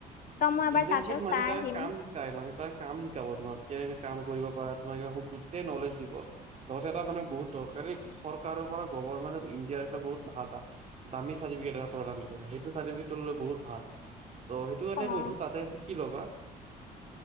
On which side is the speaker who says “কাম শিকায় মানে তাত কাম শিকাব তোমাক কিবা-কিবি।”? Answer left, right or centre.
Right